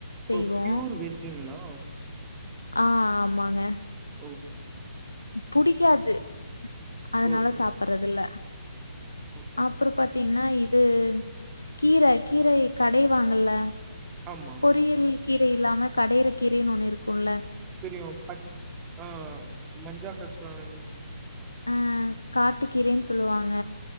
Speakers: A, on the left (about 75°); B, on the right (about 15°).
A: செய்வோ
B: ஒ ப்யூர் வெஜ்ஜுங்ளா
A: ஆ ஆமாங்க
B: ஒ
A: புடிக்காது அதனால
B: ஓ
A: சாப்புர்றதில்ல
B: ஓகே
A: அப்றோ பாத்திங்னா இ தூ கீர கீரை கடைவாங்கல்ல
B: ஆமா
A: பொறியெல் கீரை இல்லாம கடையிற கீரைன் ஒன்னு இருக்குல்ல
B: தெரியு பட் ஆ மஞ்சா கர்ஸ்லாங்கனி
A: ஆ காட்டு கீரேன் சொல்லுவாங்க